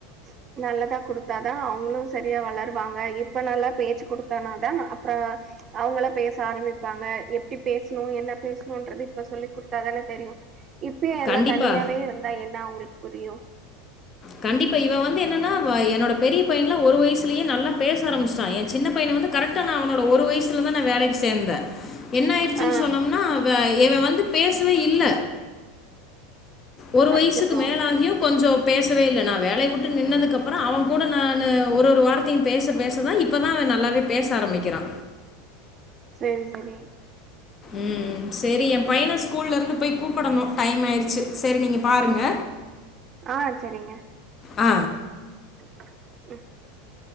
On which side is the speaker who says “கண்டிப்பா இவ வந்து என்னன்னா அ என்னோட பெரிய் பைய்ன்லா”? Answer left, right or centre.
Left